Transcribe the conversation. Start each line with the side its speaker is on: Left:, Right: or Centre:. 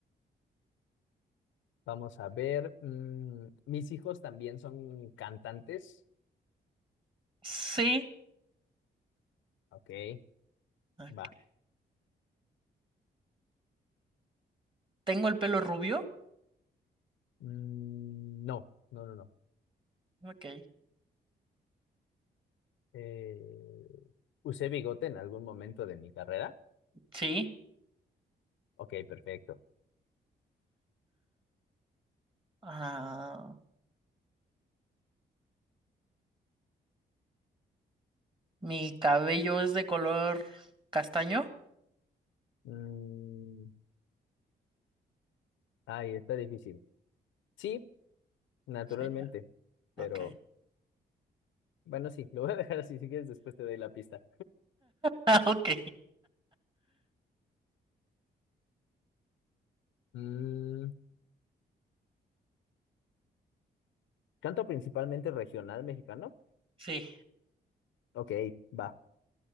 Left: Vamos a ver. mm, ¿mis hijos también son cantantes?
Right: Sí.
Left: Ok,
Right: Ok.
Left: va.
Right: ¿Tengo el pelo rubio?
Left: Mm, no, no, no, no.
Right: Ok.
Left: Eh, ¿usé bigote en algún momento de mi carrera?
Right: Sí.
Left: Ok, perfecto.
Right: Ah, ¿mi cabello es de color castaño?
Left: Mm, ay, está difícil. Sí, Naturalmente,
Right: Sí,
Left: pero
Right: ok. <laughs>
Left: bueno, sí, lo voy a dejar así, si quieres después te doy la pista.
Right: Ah, ok.
Left: Mm, ¿canta principalmente regional mexicano?
Right: Sí.
Left: Ok, va.